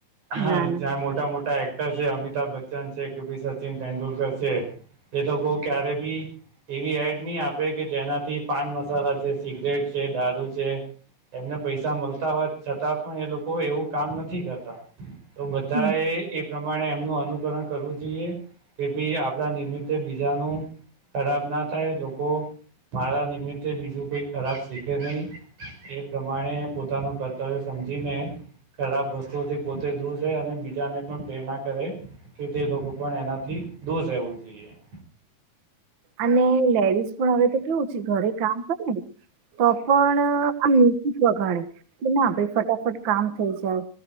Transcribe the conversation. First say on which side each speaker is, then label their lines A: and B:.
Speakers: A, on the right; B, on the right.
A: હ
B: ના ના
A: જ્યાં મોટા મોટા છે અમિતાભ બચ્ચન છે કે ભી સચિન તેંડુલકર છે એ લોકો ક્યારે બી એવી એડ નહી આપે કે જેનાથી પાન મસાલા છે સિગરેટ છે દારૂ છે એમને પૈસા મળતા હોય છતાં પણ એ લોકો એવું કામ નથી કરતા તો બધા
B: હમ
A: એ એ પ્રમાણે એમનું અનુકરણ કરવું જોઈએ કે ભાઈ આપડા નિમિત્તે બીજ જ ન ખરાબ ના થાય લોકો મારા નિમિત્તે બીજું કોઈ ખરાબ શીખે નહીિ એ પ્રમાણે પોતાનું કર્તવ્ય હાજી મેં ખરાબ વસ્તુઓથી પોતે દૂર રહે અને બીજાને પણ પ્રેરણા કરે કે તે લોકો પણ એનાથી દૂર રહેવું જોઈએ
B: અને લેડીઝ પણ હવે તો કેવું છે ઘરે કામ કરે ને તો પણ આમ જીિક વગાડે કે ના ભાઈ ફટાફટ કામ થઈ જાય